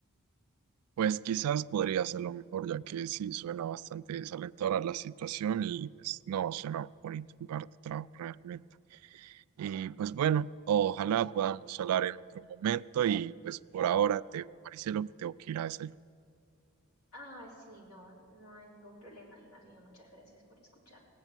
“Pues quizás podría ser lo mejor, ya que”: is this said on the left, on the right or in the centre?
Right